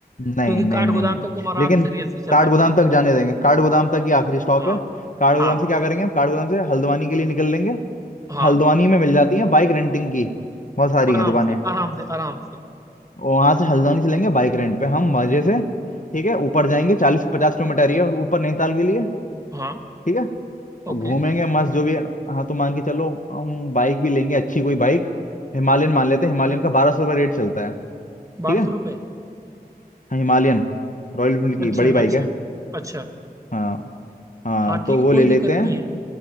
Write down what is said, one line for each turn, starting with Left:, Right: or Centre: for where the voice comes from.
Left: नहीं
Right: क्योंकि
Left: नहीं
Right: काठ
Left: नहीं
Right: गोदाम
Left: नहीं
Right: तक तुम आराम
Left: लेकिन
Right: से रेल से चल
Left: काठ
Right: सकते
Left: गोदाम
Right: हैं
Left: तक जाने देंगे काठ गोदाम तक ही आखिरी स्टॉप
Right: हाँ
Left: है काठ
Right: हाँ
Left: गोदाम से क्या करेंगे हम काठ गोदाम से हल्द्वानी के लिए निकल लेंगे
Right: हाँ
Left: हल्द्वानी में मिल जाती है बाइक रेंटिंग की बहुत सारी
Right: आराम
Left: हैं दुकानें
Right: से आराम से आराम से
Left: वहां से हल्द्वानी चलेंगे बाइक रेंट पे हम मजे से ठीक है ऊपर जाएंगे चालीस पचास किलोमीटर ही है ऊपर नैनीताल के लिए
Right: हाँ
Left: ठीक है
Right: ओके
Left: और घूमेंगे मस्त जो भी हाँ तो मान के चलो हम बाइक भी लेंगे अच्छी कोई बाइक हिमालयन मान लेते हैं हिमालयन का बारह सौ रुपये रेट चलता है
Right: बारह
Left: ठीक है
Right: सौ रुपए
Left: हाँ हिमालयन रॉयल एनफील्ड की
Right: अच्छा
Left: बड़ी बाइक
Right: अच्छा
Left: है
Right: अच्छा
Left: हाँ हाँ
Right: हाँ ठीक
Left: तो
Right: है
Left: वो
Right: कोई
Left: ले लेते
Right: दिक्कत
Left: हैं
Right: नहीं है